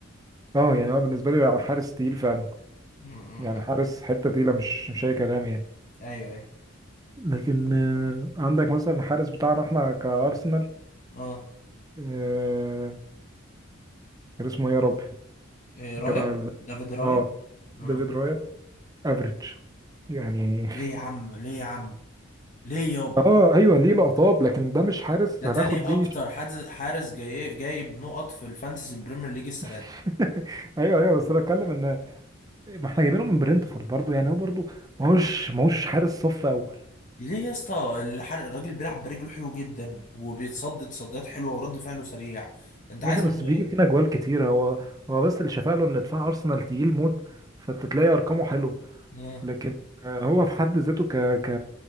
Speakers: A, on the right; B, on the left.
A: اه يعني هو بالنسبة لي حارس تقيل فعلا
B: م- م-
A: يعني
B: م.
A: حارس حتة تقيلة مش مش أي كلام يعني
B: ايوه ايوه
A: لكن آه، عندك مثلا الحارس بتاعنا احنا كأرسنال
B: اه
A: آه، كان اسمه ايه يا ربي
B: إيه رايا
A: جدع ال-
B: دافيد رايا
A: اه
B: اه
A: ديفيد رايا افريج يعني
B: ليه يا عم ليه يا عم ليه يابا
A: اه ايوه ليه لقطات لكن ده مش حارس
B: ده تاني
A: هناخد
B: اكتر
A: بيه
B: حد حارس جاي... جايب نقط في الفانتسي بريمير ليج السنة
A: <laughs>
B: دي
A: ايوه ايوه بس انا اتكلم ان ما احنا جايبينه من برنتفورد برضو يعني هو برضو ماهوش ماهوش حارس صف اول
B: ليه يا اسطى الحرق الراجل بيلعب برجله حلو جدا وبيتصدد تصديات حلوه ورد فعله سريع انت
A: يا
B: عايز
A: اخي بس
B: منه
A: بيجي
B: ايه
A: فينا جوال كتير هو هو بس اللي شفاله ان دفاع ارسنال تقيل موت فانت تلاقي ارقامه حلوه
B: آه.
A: لكن آه، هو في حد ذاته ك ك